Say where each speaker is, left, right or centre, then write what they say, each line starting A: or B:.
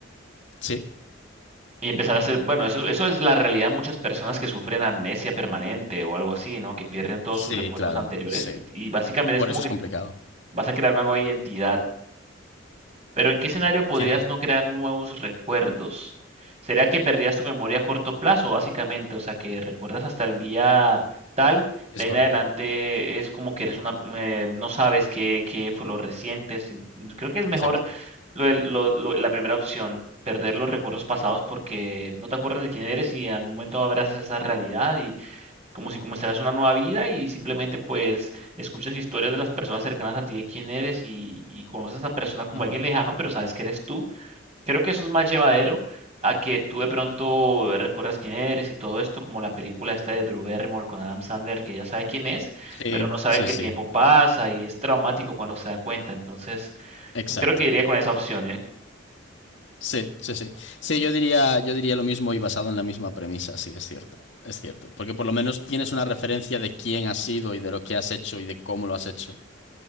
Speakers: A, on the left; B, on the right.
A: Sí,
B: Y empezar a hacer, bueno, eso, eso es la realidad de muchas personas que sufren amnesia permanente o algo así, ¿no? Que pierden todos
A: sí,
B: sus recuerdos
A: claro,
B: anteriores
A: sí.
B: y, y básicamente
A: Por
B: es como
A: eso
B: que
A: es complicado.
B: vas a crear una nueva identidad. Pero ¿en qué escenario podrías
A: Cierto,
B: no crear nuevos recuerdos? ¿Sería que perdías tu memoria a corto plazo, básicamente? O sea, que recuerdas hasta el día tal,
A: es
B: de ahí
A: correcto.
B: en adelante es como que eres una, eh, no sabes qué, qué fue lo reciente. sin- Creo que es mejor
A: Exacto.
B: lo del- lo- lo- la primera opción, perder los recuerdos pasados porque no te acuerdas de quién eres y en algún momento abrazas esa realidad y como si comenzaras una nueva vida y simplemente pues escuchas historias de las personas cercanas a ti de quién eres y, y conoces a esa persona como
A: Ujú.
B: alguien lejano, pero sabes que eres tú. Creo que eso es más llevadero a que tú de pronto recuerdas quién eres y todo esto, como la película esta de Drew Barrymore con Adam Sandler, que ya sabe quién es,
A: Sí,
B: pero no sabe
A: sí,
B: que
A: sí.
B: el tiempo pasa y es traumático cuando se da cuenta. Entonces,
A: Exacto.
B: creo que iría con esa opción, ¿eh?
A: Sí, sí, sí. Sí, yo diría, yo diría lo mismo y basado en la misma premisa, sí, es cierto, es cierto. Porque por lo menos tienes una referencia de quién has sido y de lo que has hecho y de cómo lo has hecho.